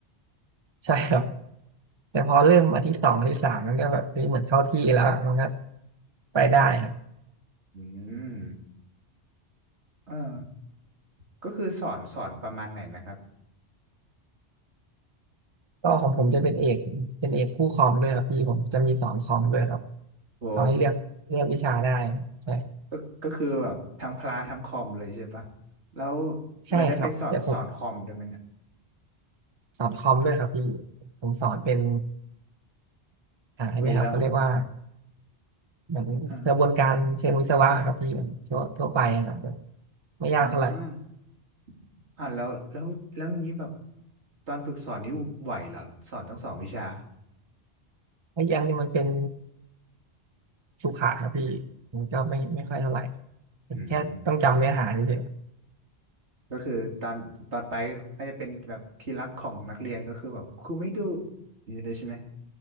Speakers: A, on the right; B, on the right.
A: ใช่ครับแต่พอเริ่มอาทิตย์สองอาทิตย์สามมันก็แบบเฮ้ยเหมือนเข้าที่แล้วอะมันก็ไปได้ครับ
B: อืมเออก็คือสอนสอนประมาณไหนนะครับ
A: ก็ของผมจะเป็นเอกเป็นเอกคู่คอมด้วยครับพี่ผมจะมีสอนคอมด้วยครับ
B: อืมโห
A: เขาให้เลือกเลือกวิชาได้ใช่ครับ
B: ก็ก็คือแบบทั้งพละทั้งคอมเลยใช่ปะแล้ว
A: ใช่ครับแต่ผม
B: แล้วได้ไปสอนสอนคอมด้วยไหมเนี่ย
A: สอนคอมด้วยครับพี่ผมสอนเป็น อ่าอันเนี้ยครับเขาเรียกว่า
B: คุยแล้ว
A: เหมือนกระบวนการเชิงวิศวะครับที่มันทั่วทั่วไปอะครับแบบ
B: อ่า
A: ไม่ยากเท่าไหร่
B: อ่าอ่าแล้วแล้วแล้วงี้แบบตอนฝึกสอนนี่ไหวเหรอสอนทั้งสองวิชา
A: ไอ้ยันนี่มันเป็นสุขะครับพี่มันก็ไม่ไม่ค่อยเท่าไหร่เป็นแค่ต้องจำเนื้อหาเฉย
B: อืมก็คือตอนตอนไปน่าจะเป็นแบบที่รักของนักเรียนก็คือแบบครูไม่ดูอยู่ด้วยใช่ไหม